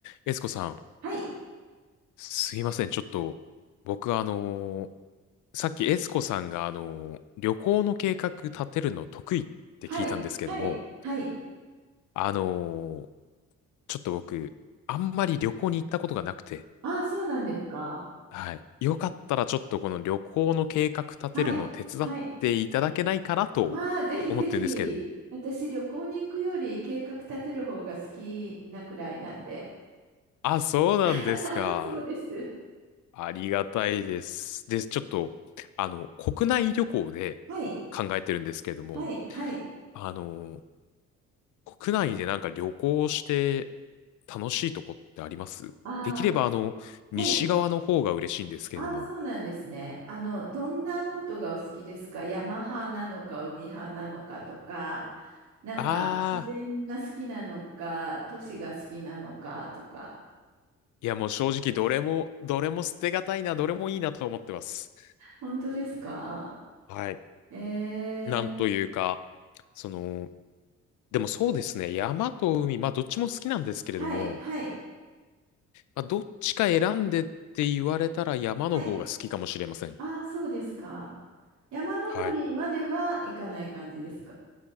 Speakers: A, on the left; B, on the right.
A: エスコさん、
B: はい。
A: すいません。ちょっと、僕あのーさっきエスコさんがあのー旅行の計画立てるの得意って聞いたんですけれども、
B: はい。はい。はい。
A: あのーちょっと僕、あんまり旅行に行ったことがなくて、
B: ああ、そうなんですか。
A: はい。よかったらちょっとこの旅行の計画立てるの手伝っていただけないかなと思ってるんですけれども。
B: はい。はい。ああ、ぜひぜひ。私、旅行に行くより計画立てる方が好きなくらいなんで。
A: あ、そうなんですか。
B: <laughs> あ、そうです。
A: ありがたいです。で、ちょっと、あの、国内旅行で考えてるんですけれども、
B: はい。はい。はい。
A: あの国内でなんか旅行して楽しいとこってありますできればあの、
B: ああ、はい。
A: 西側の方が嬉しいんですけれども。
B: ああ、そうなんですね。あの、どんなことがお好きですか山派なのか、海派なのかとか、なんか、
A: あ
B: 自然が好きなのか、
A: あ、
B: 都市が好きなのかとか。
A: いやもう正直どれも、どれも捨てがたいな、どれもいいなと思ってます。
B: 本当ですか
A: はい。
B: えー
A: なんというか、その、でもそうですね、山と海、まあどっちも好きなんですけれども、
B: はい、はい、
A: まあどっちか選んでって言われたら山の方が好きかもしれません。
B: はい。ああ、そうですか。山登りまでは行かない感じですか。
A: はい。